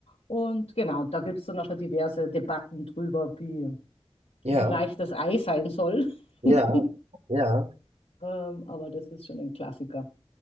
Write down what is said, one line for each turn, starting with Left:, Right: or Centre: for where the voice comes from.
Left: und genau, da gibt es dann nachher diverse Debatten drüber, wie,
Right: Ja,
Left: wie weich das Ei sein soll. <laughs>
Right: ja,
Left: ähm,
Right: ja.
Left: aber das ist schon ein Klassiker.